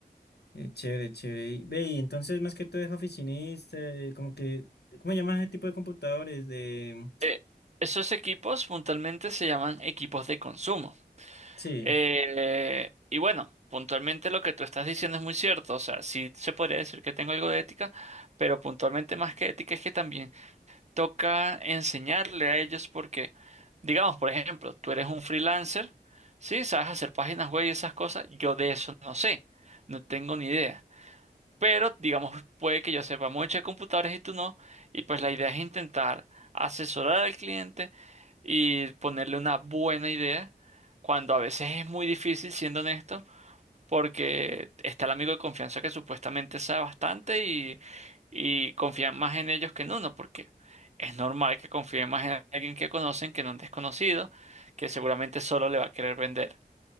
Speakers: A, on the left; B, on the right.
A: eh, chévere, chévere. Y, Ve, y entonces más que todo es oficinista, eh, como que, ¿cómo llamas ese tipo de computadores? De...
B: eh, esos equipos puntualmente se llaman equipos de consumo.
A: Sí,
B: Eh, y bueno, puntualmente lo que tú estás diciendo es muy cierto. O sea, sí se podría decir que tengo algo de ética, pero puntualmente más que ética es que también toca enseñarle a ellos porque, digamos, por ejemplo, tú eres un freelancer, sí, sabes hacer páginas web y esas cosas. Yo de eso no sé, no tengo ni idea. Pero, digamos, puede que yo sepa mucho de computadores y tú no. Y pues la idea es intentar asesorar al cliente y ponerle una buena idea, cuando a veces es muy difícil, siendo honesto, porque está el amigo de confianza que supuestamente sabe bastante y, y confían más en ellos que en uno, porque es normal que confíen más en alguien que conocen que en un desconocido, que seguramente solo le va a querer vender.